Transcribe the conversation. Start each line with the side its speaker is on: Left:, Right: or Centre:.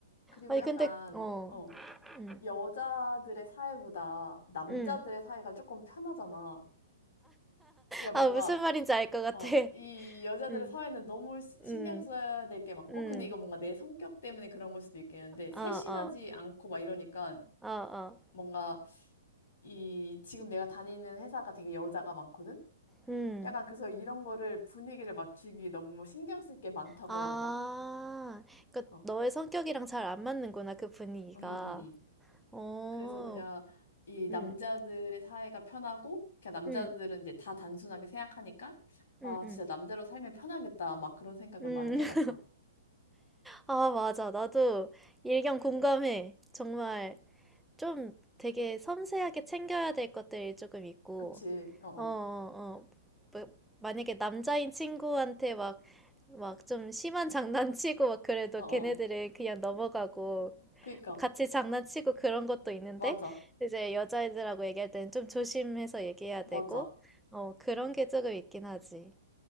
Left: 그리고
Centre: 아니,
Left: 약간,
Centre: 근데, 어,
Left: 어,
Centre: 응,
Left: 여자들의 사회보다 남자들의
Centre: 응.
Left: 사회가 조금 편하잖아. 그러니까
Centre: <laughs> 아,
Left: 뭔가,
Centre: 무슨 말인지 알 것 같아.
Left: 어, 이 여자들의
Centre: 응,
Left: 사회는 너무 시- 신경
Centre: 응,
Left: 써야 될 게 많고,
Centre: 응,
Left: 근데 이거 뭔가 내 성격 때문에 그런 걸 수도 있겠는데, 세심하지
Centre: 어, 어,
Left: 않고 막 이러니까,
Centre: 어, 어.
Left: 뭔가 이, 지금 내가 다니는 회사가 되게 여자가 많거든?
Centre: 음.
Left: 약간 그래서 이런 거를 분위기를 맞추기 너무 신경 쓸 게 많다고
Centre: 아,
Left: 해야 되나?
Centre: 그러니까
Left: 어,
Centre: 너의 성격이랑 잘 안 맞는구나, 그 분위기가.
Left: 음, 음, 음.
Centre: 어,
Left: 그래서 그냥 이 남자들의
Centre: 음,
Left: 사회가 편하고, 그냥 남자들은
Centre: 음,
Left: 이제 다 단순하게 생각하니까, 아,
Centre: 음, 음,
Left: 진짜 남자로 살면 편하겠다. 막 그런 생각을
Centre: 음.
Left: 많이 해봤어.
Centre: <laughs> 아, 맞아. 나도 일견 공감해. 정말 좀 되게 섬세하게 챙겨야 될 것들이 조금 있고,
Left: 그치? 어어.
Centre: 어, 어, 어. 뭐, 만약에 남자인 친구한테 막, 막 좀 심한 장난치고 막 그래도
Left: 어어.
Centre: 걔네들은 그냥 넘어가고,
Left: 그니까.
Centre: 같이 장난치고 그런 것도 있는데,
Left: 맞아.
Centre: 이제 여자애들하고 얘기할 때는 좀 조심해서 얘기해야 되고,
Left: 맞아.
Centre: 어, 그런 게 조금 있긴 하지.